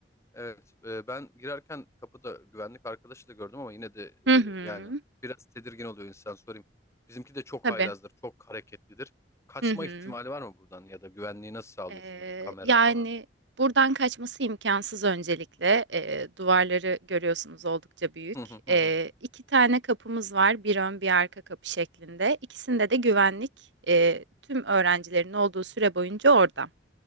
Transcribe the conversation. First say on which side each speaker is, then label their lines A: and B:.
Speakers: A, on the left; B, on the right.
A: Evet, e, ben girerken kapıda güvenlik arkadaşı da gördüm ama yine de e,
B: Hı hı.
A: yani biraz tedirgin oluyor insan sorayım. Bizimki de çok
B: Tabii.
A: haylazdır, çok hareketlidir. Kaçma
B: Hı hı.
A: ihtimali var mı buradan ya da güvenliği nasıl sağlıyorsunuz?
B: Ee,
A: Kamera
B: yani
A: falan.
B: buradan kaçması imkansız öncelikle. Ee, duvarları görüyorsunuz oldukça büyük.
A: Hı hı hı
B: Ee,
A: hı.
B: iki tane kapımız var, bir ön bir arka kapı şeklinde. İkisinde de güvenlik e, tüm öğrencilerin olduğu süre boyunca orada.